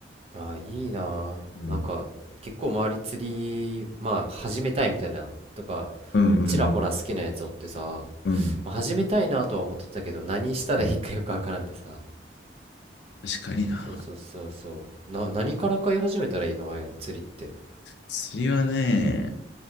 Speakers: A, on the right; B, on the left.
A: ああ、いいなあ。
B: うん。
A: なんか、結構周り釣り、まあ、始めたいみたいな、とか、
B: うんうん
A: ちらほら好きなやつおってさ、
B: うん。
A: まあ、始めたいなとは思っとったけど、何したらいいかよくわからんでさ。
B: うん確かにな。
A: そうそうそうそう。な、何から買い始めたらいいのああいうの釣りって。
B: 釣りはね、